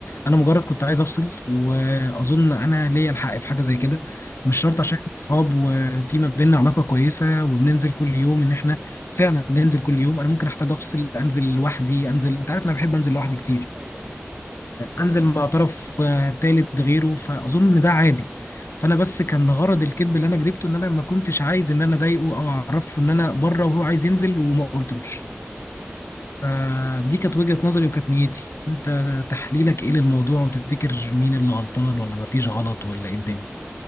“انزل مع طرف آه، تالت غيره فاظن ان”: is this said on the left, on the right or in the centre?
Left